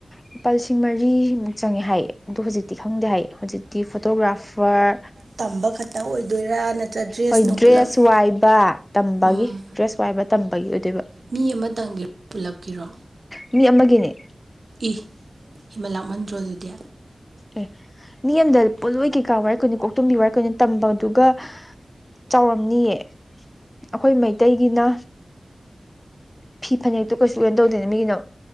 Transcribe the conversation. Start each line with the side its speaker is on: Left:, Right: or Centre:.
Left: ꯂꯨꯄꯥ ꯂꯤꯁꯤꯡ ꯃꯔꯤꯃꯨꯛ ꯆꯪꯉꯦ ꯍꯥꯏꯌꯦ ꯑꯗꯨꯗꯣ ꯍꯧꯖꯤꯛꯇꯤ ꯈꯪꯗꯦ ꯍꯥꯏꯌꯦ ꯍꯧꯖꯤꯛꯇꯤ ꯐꯣꯇꯣꯒ꯭ꯔꯥꯐꯔ
Right: ꯇꯝꯕ ꯈꯛꯇ ꯑꯣꯏꯗꯣꯏꯔꯥ
Left: ꯍꯣꯏ
Right: ꯅꯨꯡ
Left: ꯗ꯭ꯔꯦꯁ
Right: ꯄꯨꯂꯞ
Left: ꯋꯥꯏꯕ ꯇꯝꯕꯒꯤ
Right: ꯎꯝ
Left: ꯗ꯭ꯔꯦꯁ ꯋꯥꯏꯕ ꯇꯝꯕꯒꯤ ꯑꯣꯏꯗꯣꯏꯕ
Right: ꯃꯤ ꯑꯃꯇꯪꯒꯤꯔꯣ ꯄꯨꯜꯂꯞꯀꯤꯔꯣ
Left: ꯃꯤ ꯑꯃꯒꯤꯅꯦ
Right: ꯏ ꯍꯤꯃꯥꯂꯥ ꯃꯟꯗ꯭ꯔꯣꯗꯨꯗꯤ
Left: ꯑꯦ ꯃꯤ ꯑꯝꯗ ꯄꯣꯠꯂꯣꯏ ꯀꯩꯀꯥ ꯋꯥꯏꯔ ꯑꯩꯈꯣꯏꯅꯣ ꯀꯣꯛꯇꯣꯝꯕꯤ ꯋꯥꯏ ꯀꯣꯏꯅ ꯇꯝꯕꯗꯨꯒ ꯆꯥꯎꯔꯝꯅꯤꯌꯦ ꯑꯩꯈꯣꯏ ꯃꯩꯇꯩꯒꯤꯅ ꯐꯤ ꯐꯅꯦꯛꯇꯨ ꯀꯩꯁꯨ ꯀ ꯇꯧꯗꯦꯅ ꯃꯤꯒꯤꯅ